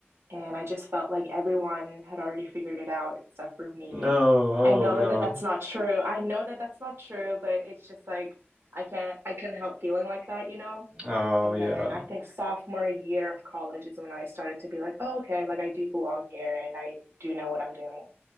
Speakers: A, on the right; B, on the right.
A: And I just felt like everyone had already figured it out except for me.
B: No, oh
A: I know
B: no.
A: that that's not true. I know that that's not true, but it's just like I can't, I couldn't help feeling like that, you know?
B: Oh
A: And
B: yeah.
A: then I think sophomore year of college is when I started to be like, oh, okay, like I do belong here and I do know what I'm doing.